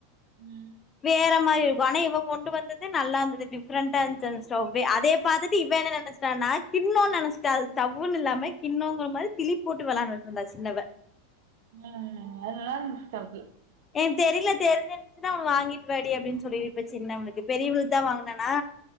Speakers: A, on the right; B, on the left.
A: ம்
B: வேற மாயு வன இவ கொண்டு வந்தது நல்லாந்துது டிஃப்ரண்டா இஞ்சு அந்த ஸ்டவ்வே அதே பாத்துட்டு இவ்வ நெனச்ட்டானா கின்னோ நெனச்சிட்டா அது தவ்வுன் இல்லாம கின்னோங்குற மரி திளி போட்டு வெளாண்டுட்டு இருந்தா சின்னவ
A: அது நல்லார்ந்து ஸ்டவ்வு
B: ஏ தெரில தெருஞ்ச கென்ச்சுனா ஒனு வாங்கிட்வாடி அப்டின் சொல்லி இப்ப சின்னவ்ளுக்கு பெரியுவ்ளுக்குதா வாங்னனா